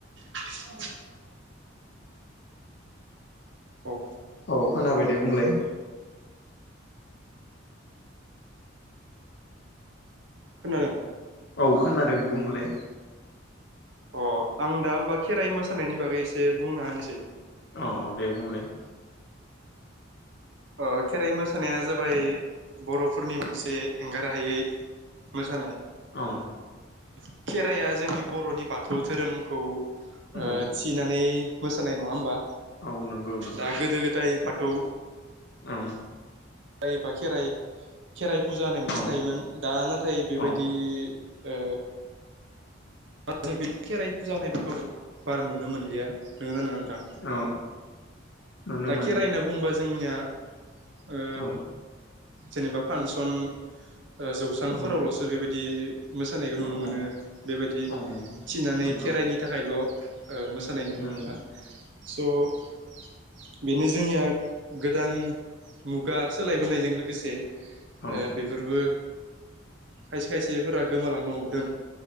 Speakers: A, on the right (about 65°); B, on the left (about 60°).
A: <inaudible> औ
B: औ खोनाबाय दे बुंलाय
A: खोनादों?
B: औ खोनादों बुंलै
A: अ आं दा होमबा खेराइ मोसानायनि बागै एसे बुंना होनोसै
B: औ दे बुंलाय
A: ओ खेराइ मोसानाया जाबाय बर'फोरनि मोनसे एंगारहायै मोसानाय।
B: औ
A: खेराइया जोंनि बर'नि बाथौ धोरोम खौ ओ
B: औ
A: थिनानै मोसानाय नंङा होमबा?
B: औ नंगौ नंगौ
A: दा गोदो गोदाय बाथ थौ
B: औ
A: ओय बा खेराय खेराइ फुजा होननाय मोनसे
B: औ
A: थायोमोन दा नाथाय बेबायदि
B: औ
A: ओ जे बे खेराइ फुजा होनायफोरखौ बारा नु नो मोनलिया नोंङोना नोंङा नोंथां?
B: औ नुनो
A: दा खेराय होनना बुंङोबा जोंनिया ओ
B: औ
A: जेनेबा फासन ओ जौसांफोरावल'सो
B: औ
A: बेबायद दि मोसानायखौ नुनो
B: औ
A: मोनो
B: औ
A: बेबायदि
B: औ
A: थिनानै
B: नंगौ
A: खेराइनि थाखायल' ओ मोसानाय नुनो
B: औ
A: मोनला स' बेनो जोंनिया गोदान मुगा सोलायबोनायजों लोगोसे
B: औ
A: ओ बेफोरबो खायसे खायसेफोरा गोमालांनो हमदों।